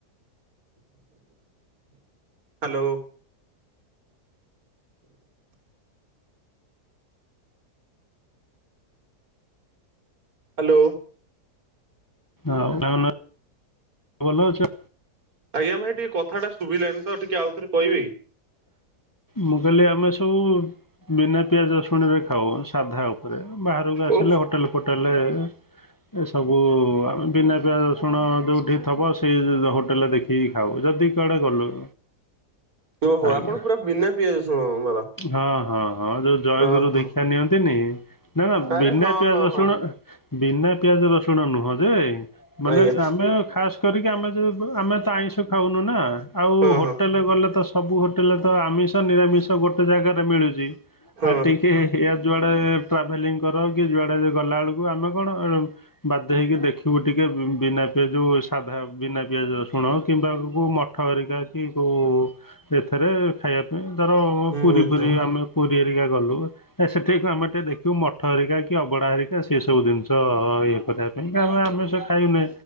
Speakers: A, on the right; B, on the left.
A: Hello. Hello.
B: ଆଉ <unintelligible> ଭଲ ଅଛନ୍
A: ଆଜ୍ଞା ଭାଇ ଟିକେ କଥାଟା ଶୁଭିଲାନି ତ ଟିକେ ଆଉଥରେ କହିବି କି?
B: ମୁଁ କହିଲି ଆମେ ସବୁ ବିନା ପିଆଜ ରଶୁଣରେ ଖାଉ ସାଧା ଉପରେ ବାହାରକୁ ଆସିଲେ
A: ଓ
B: ହୋଟେଲ ଫୋଟେଲରେ ଏସବୁ ଆମେ ବିନା ପିଆ ରସୁଣ ଜୋଉଠି ଥବ ସେଇ ଜୋ ହୋଟେଲରେ ଦେଖି ଠି ଖାଉ ଯଦି କୁଆଡ଼େ ଗଲୁ
A: ଓହୋ
B: ଆଜ୍ଞା
A: ଆପଣ ପୁରା ବିନା ପିଆଜ ରଶୁଣ ବାଲା
B: ହଁ ହଁ ହଁ ଯୋଉ ଜୟଗୁରୁ
A: ହଁ ହଁ
B: ଦୀକ୍ଷା ନିଅନ୍ତିନି ନା ନା
A: ଆରେ
B: ବିନା
A: ହଁ
B: ପିଆଜ
A: ହଁ
B: ରସୁଣ
A: ହଁ।
B: ବିନା ପିଆଜ ରସୁଣ ନୁହଁ ଯେ ମାନେ
A: ଆଜ୍ଞା
B: ଆମେ ଖାସ୍ କରିକି ଆମେ ଜୋ ବୁ ଆମେ ତ ଆମିଷ ଖାଉନୁ ନା ଆଉ
A: ହଁ
B: ହୋଟେଲ
A: ହଁ
B: ବାଲା ତ ଶ ସବୁ ହୋଟେଲରେ ତ ଆମିଷ ନିରାମିଷ ଗୋଟେ ଜାଗାରେ ମିଳୁଚି
A: ହଁ
B: ଆଉ ଟିକେ ଏଇଆ ଯୁଆଡେ ଟ୍ରାଭେଲିଂ କର କି ଯୁଆଡେ ଗଲା ଅଳକୁ ଆମେ କଣ ବାଧ୍ୟ ହେଇକି ଦେଖିବୁ ଟିକେ ବିନା ପିଆଜ ଯୋଉ ସାଧା ବିନା ପିଆଜ ରଶୁଣ କିମ୍ବା ମଠ ଠ ହେରିକା କି କୋଉ ଏଥିରେ ଖାଇବା ପାଇଁ ଧର ଉ ପୁରୀ
A: ମୁଁ ବୁଝୁଛି
B: ଫୁରୀ ଆମେ ପୁରୀ ଏରିକା ଗଲୁ ସେଠି ଆମେ ଟିକେ ଦେଖିବୁ ମଠ ହେରିକା କି ଅବଡା ହେରି ସେ ସବୁ ଜିନିଷ ଇଏ କରିବା ପାଇଁ ଆମେ ଆମିଷ ଖାଉନେ